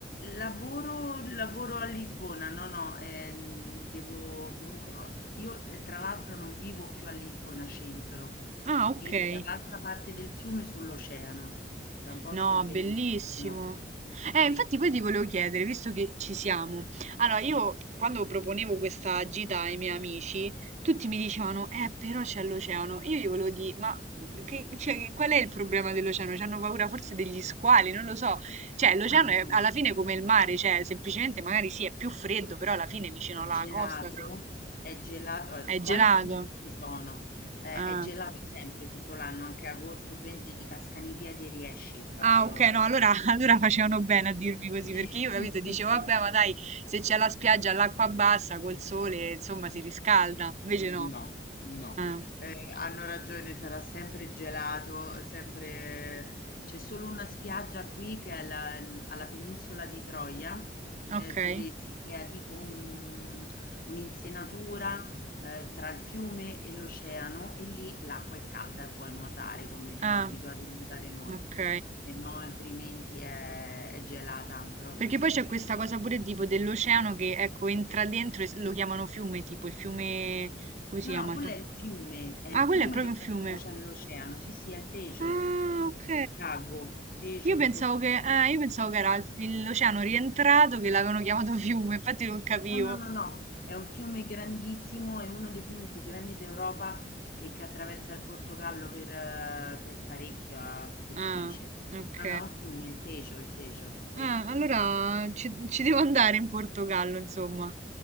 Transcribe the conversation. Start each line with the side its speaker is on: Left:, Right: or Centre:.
Left: Lavoro lavoro a Lisbona, no, no, ehm, devo comunque fa io, ehm, tra l'altro non vivo più a Lisbona centro,
Right: Ah, ok.
Left: vivo dall'altra parte del fiume sull'oceano, che è un posto
Right: No,
Left: bellissimo.
Right: bellissimo.
Left: Sì.
Right: Eh, infatti poi ti volevo chiedere, visto che ci siamo. Allora, io quando proponevo questa gita ai miei amici, tutti mi dicevano, eh, però c'è l'oceano. Io gli volevo dire, ma mhmm, che- cioè, che- qual è il problema dell'oceano? C'hanno paura forse degli squali, non lo so. Cioè, l'oceano
Left: Ah no,
Right: è alla fine come il mare, cioè, semplicemente magari sì, è più freddo, però alla fine vicino
Left: è
Right: alla
Left: gelato,
Right: costa se-
Left: è gelato, eh,
Right: è
Left: squali
Right: gelato.
Left: qui non ci sono, eh,
Right: Ah.
Left: è gelato sempre tutto l'anno, anche agosto, tu entri, ti cascano i piedi e riesci proprio.
Right: Ah, ok, no, allora, <laughs> allora
Left: Sì,
Right: facevano bene a dirmi così, perché
Left: <laughs>
Right: io, capito,
Left: sì,
Right: dicevo,
Left: sì,
Right: vabbè,
Left: sì.
Right: ma dai, se c'è la spiaggia all'acqua bassa, col sole, insomma, si riscalda. Invece
Left: No,
Right: no.
Left: no.
Right: Ah,
Left: Ehm, hanno ragione, sarà sempre gelato, sempre c'è solo una spiaggia qui che è alla n alla penisola di Troia,
Right: ok.
Left: ehm, dove si crea tipo un un'insenatura, ehm, tra il fiume e l'oceano e lì l'acqua è calda e puoi nuotare come siamo
Right: Ah,
Left: abituati a nuotare noi,
Right: ok.
Left: se no altrimenti è è gelata, proprio
Right: Perché
Left: sì,
Right: poi c'è
Left: che ti
Right: questa
Left: casca
Right: cosa pure tipo dell'oceano che, ecco, entra dentro e s- lo chiamano fiume, tipo il fiume... come si
Left: No,
Right: chiama?
Left: no, quello
Right: il pa-
Left: è il fiume, è il
Right: Ah,
Left: fiume
Right: quello è proprio
Left: che
Right: un
Left: poi
Right: fiume.
Left: sfocia nell'oceano. Sì, sì, è il Tejo,
Right: Ah, ok.
Left: il Tago, Tejo
Right: Io
Left: in
Right: pensavo
Left: portoghese.
Right: che, ah, io pensavo che era il- l'oceano rientrato che l'avevano chiamato <laughs> fiume, infatti non capivo.
Left: No, no, no, no, è un fiume grandissimo, è uno dei fiumi più grandi d'Europa e che attraversa il Portogallo per, eh, per parecchia superficie.
Right: Ah, ok.
Left: No, no, è un fiume, il Tejo, il Tejo, sì.
Right: Ah, allora ci, ci devo andare in Portogallo, insomma.